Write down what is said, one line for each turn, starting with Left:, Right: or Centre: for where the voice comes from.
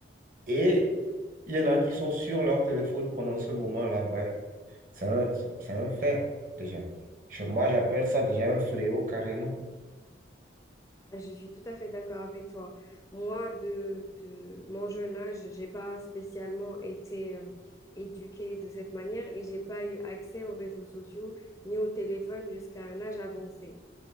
Right: Et il y en a qui sont sur leur téléphone pendant ce moment-là, ouais. C'est un, c'est c'est un fait, déjà. Je- moi, j'appelle ça déjà un fléau carrément.
Left: Ah, Je suis tout à fait d'accord avec toi. Moi, de, de mon jeune âge, j'ai pas spécialement été euh, éduquée de cette manière et j'ai pas eu accès aux réseaux sociaux ni au téléphone jusqu'à un âge avancé.